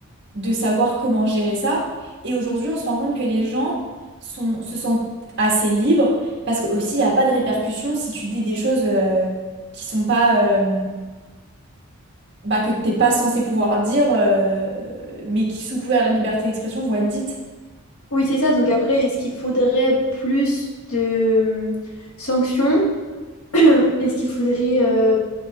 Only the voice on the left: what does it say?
Oui, c'est ça. Donc après, est-ce qu'il faudrait plus de euh, sanctions? <clears throat> Est-ce qu'il faudrait euh,